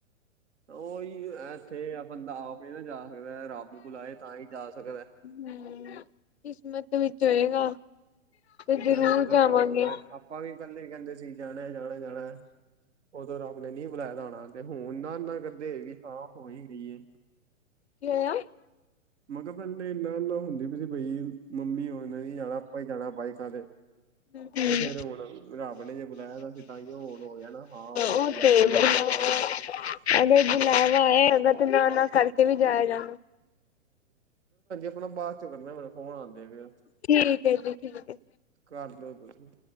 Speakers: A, on the right; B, on the left.
A: ਉਹੀ ਇੱਥੇ ਆ ਬੰਦਾ ਆਪ ਨੀ ਨਾ ਜਾ ਦਾ ਰੱਬ ਬੁਲਾਏ ਤਾਂ ਹੀ ਜਾ ਸਕਦਾ,
B: ਹਮ ਕਿਸਮਤ ਵਿੱਚ ਹੋਏਗਾ, ਜ਼ਰੂਰ
A: ਹਾਂ ਤੇ ਜਦੋਂ
B: ਜਾਵਾਂਗੇ
A: ਰੱਬ ਲਾਏ ਆਪਾਂ ਵੀ ਪਹਿਲੇ ਵੀ ਕਹਿੰਦੇ ਸੀ ਜਾਣਾ ਜਾਣਾ ਜਾਣਾ ਉਦੋਂ ਰੱਬ ਨੇ ਨਹੀਂ ਬੁਲਾਏ ਹੋਣਾ ਹੁਣ ਨਾ ਨਾ ਕਦੇ ਵੀ ਹਾਂ ਹੋ ਹੀ ਗਈ ਏ।
B: ਕੀ ਹੋਇਆ?
A: ਮੈਂ ਕਿਹਾ ਪਹਿਲੇ ਨਾ ਨਾ ਹੁੰਦੀ ਸੀ ਬਈ ਪੲੀ, ਮੰਮੀ ਉਸਨੇ ਵੀ ਜਾਣਾ ਆਪਾਂ ਹੀ ਜਾਣਾ ਬਾਈਕਾਂ ਤੇ
B: ਹੂੰ,
A: ਤੇ ਫਿਰ ਹੁਣ ਰੱਬ ਨੇ ਜੇ ਬੁਲਾਇਆ ਤਾਂ ਸੀ ਤਾਂ ਕਿ ਹੁਣ ਹੋ ਜਾ ਨਾ ਹਾਂ ਹੋ ਗ
B: ਉਹ ਤੇ
A: ਆਪਾਂ ਵੀ
B: ਬੁਲਾਵਾ
A: ਉਹਦੇ ਤੇ ਜਾਣਾ ਬਸ
B: ਅਗਰ ਬੁਲਾਵਾ ਆਏਗਾ ਤੇ ਨਾ ਨਾ ਕਰਕੇ ਵੀ ਜਾਇਆ ਜਾਣਾ
A: ਮਤਬ ਬਾਅਦ ਚ ਕਰਨਾ ਆਉਂਦੇ ਪੇ
B: ਠੀਕ ਹੈ ਜੀ ਠੀਕ ਹੈ।
A: ਕਰ ਲਓ ਤੁਸੀਂ